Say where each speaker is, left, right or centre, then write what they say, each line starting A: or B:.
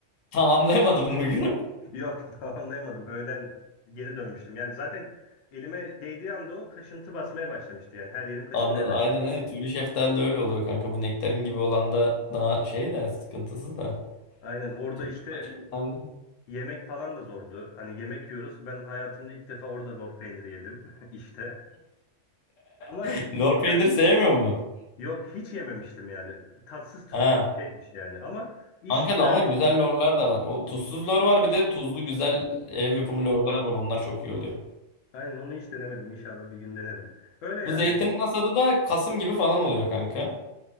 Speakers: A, on the left; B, on the left.
A: <laughs> Tamamlayamadım bugünü.
B: Yok tamamlayamadım. Öğlen geri dönmüştüm. Yani zaten elime değdiği anda o kaşıntı basmaya başlamıştı. Yani her yerim kaşınmaya
A: Anladım.
B: başlamıştı.
A: Aynen aynen. Tüylü şeftali de öyle oluyor kanka. Bu nektarin gibi olan da daha şey de sıkıntısız da.
B: Aynen orada
A: Tüylü
B: işte
A: şeftali de-
B: yemek falan da zordu. Hani yemek yiyoruz. Ben hayatımda ilk defa orada lor peyniri yedim <laughs> işte. Ama
A: <laughs> Lor
B: yani
A: peynir sevmiyor mu?
B: yok hiç yememiştim yani. Tatsız tuzsuz
A: Ha.
B: bir şeymiş yani. Ama iş
A: Kanka
B: yani
A: da ama güzel lorlar da var. O tuzsuz lor var bir de tuzlu güzel ev yapımı lorlar var. Onlar çok iyi oluyor.
B: Aynen onu hiç denemedim. İnşallah bir gün denerim. Öyle yani
A: Bu zeytinin hasadı da Kasım gibi falan oluyor kanka.